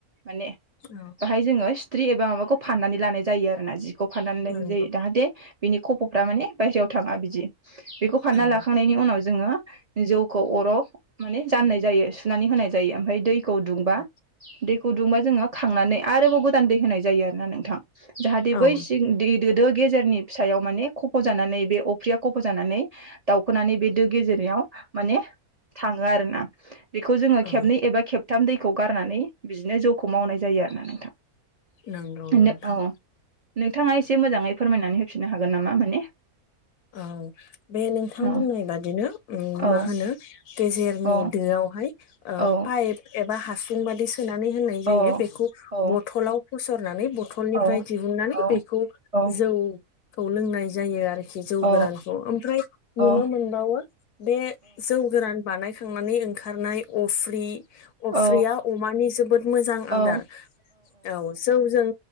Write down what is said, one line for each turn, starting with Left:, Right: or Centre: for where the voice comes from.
Right: माने
Left: औ
Right: बाहाय जोङो सिथ्रि एबा माबाखौ फाननानै लानाय जायो आरो ना जिखौ फाननानै लानाय
Left: नंगौ
Right: जायो दाहाथे बिनि खप' फ्रा माने बायहेरायाव थाङा बिदि बेखौ फानना
Left: औ
Right: लाखांनायनि उनाव जोङो जौखौ अर' माने जाननाय जायो सुनानै होनाय जायो ओमफ्राय दै खौ दैदुंबा
Left: औ
Right: दैखौ दुंबा जोङो खांनानै आरोबाव दै होनाय जायो आरो ना नोंथां जाहाथे
Left: औ
Right: बै सिदो गेजेरनि फिसायाव माने खफ' जानानै बे अफ्रिया खफ' जानानै दाउखोनानै बे दो गेजेरनायाव माने थाङो आरोना बेखौ जोङो
Left: औ
Right: खेबनै एबा खेब थाम दैखौ गारनानै बिदिनो ज'खौ मावनाय जायो आरो ना नोंथां।
Left: नंगौ
Right: अ
Left: नोंथां
Right: नोंथाङा एसे मोजाङै फोरमायनानै होफिननो हागोन नामा माने
Left: औ बे नोंथां
Right: औ
Left: बुंनाय बादिनो
Right: औ
Left: मा होनो गेजेर
Right: औ
Left: दहायाइ
Right: औ
Left: एबा हासुं बायदि सोना होना जायो
Right: औ
Left: बेखौ
Right: औ
Left: बथलाव फसरनानै बथलनिफ्राय
Right: औ
Left: दिहुननानै
Right: औ
Left: बेखौ
Right: औ
Left: जौ खौ लोंनाय जायो आरो खिजौ
Right: औ
Left: गोरानखौ ओमफ्राय नुनो
Right: औ
Left: मोनबावो बे जौ गोरान बानाय थांनानै ओंखारनाय अफ्रि अफ्रिया
Right: औ
Left: अमानि जोबोद मोजां आदार
Right: औ
Left: औ सौजों